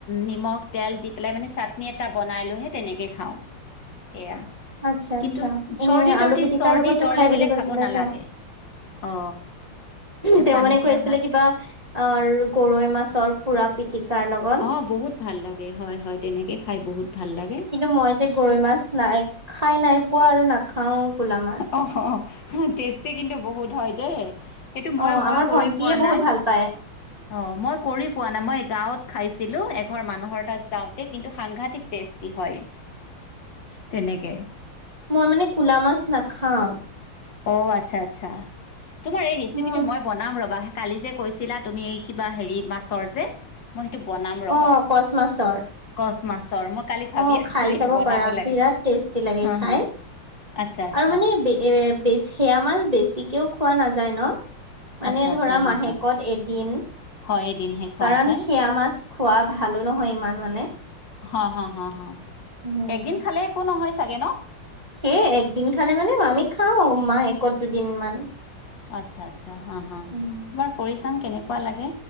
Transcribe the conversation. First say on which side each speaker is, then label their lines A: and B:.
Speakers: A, on the left; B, on the right.
A: নিমখ, তেল দি পেলাই মানে চাটনি এটা বনাই লৈ সেই তেনেকেই খাওঁ। <inaudible> সেয়া
B: আচ্ছা
A: কিন্তু
B: আচ্ছা এনে
A: চৰ্দি
B: আলু
A: তৰ্দি
B: পিটিকাৰ
A: চৰ্দি
B: লগতো
A: জ্বৰ
B: খাই
A: লাগিলে
B: বুলি কৈছিলে
A: খাব নালাগে।
B: তেওঁ।
A: অ তে
B: তেওঁ
A: পানী
B: মানে
A: দিয়া
B: কৈ আছিলে
A: ভাত
B: কিবা আ গৰৈ মাছৰ পুৰা পিতিকাৰ লগত
A: অ বহুত ভাল লাগে হয় হয়। তেনেকে খাই বহুত ভাল লাগে
B: কিন্তু মই যে গৰৈ মাছ নাই খাই নাই পোৱা আৰু না খাওঁ ক'লা মাছ।
A: অ টেষ্টি কিন্তু বহুত হয় দেই। সেইটো মই
B: অ
A: মই
B: আমাৰ
A: কৰি
B: ভন্টিয়ে
A: পোৱা
B: বহুত
A: নাই
B: ভাল পায়
A: অ মই কৰি পোৱা নাই মই গাঁৱত খাইছিলো এঘৰ মানুহৰ তাত যাওঁতে কিন্তু সাংঘাতিক টেষ্টি হয় তেনেকে।
B: মই মানে কুলা মাছ নাখাও।
A: অ আচ্ছা আচ্ছা, তোমাৰ এই ৰেচিপিটো
B: মোৰ
A: মই বনাম ৰবা। কালি যে কৈছিলা তুমি এই কিবা হেৰি মাছৰ যে মই সেইটো বনাম ৰবা
B: অ কচ মাছৰ।
A: কচ মাছৰ মই কালি ভাবি
B: অ
A: আছো
B: খাই
A: এইটো
B: চাব
A: বনাব
B: পাৰা
A: লাগিব
B: বিৰাট টেষ্টি লাগে
A: হা
B: খাই
A: হা আচ্ছা আচ্ছা
B: আৰু মানে এ বেছি সেয়া মাছ বেছিকেও খোৱা নাযায় ন মানে
A: আচ্ছা আচ্ছা
B: ধৰা
A: হা
B: মাহেকত
A: হা
B: এদিন।
A: হয় এদিনহে খোৱা
B: কাৰণ
A: যায়
B: সেয়া মাছ খোৱা ভালো নহয় ইমান মানে
A: হা হা হা হা,
B: উম
A: একদিন খালে একো নহয় চাগে ন?
B: সেই একদিন খালে মানে আমি খাওঁ মাহেকত দুদিন মান।
A: আচ্ছা আচ্ছা হা হা
B: উম
A: এইবাৰ কৰি চাম কেনেকুৱা লাগে।